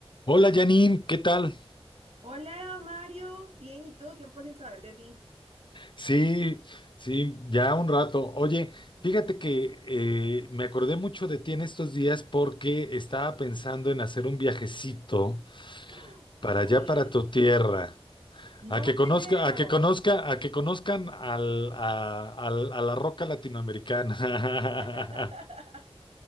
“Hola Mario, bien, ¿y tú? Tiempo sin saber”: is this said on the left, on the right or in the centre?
Right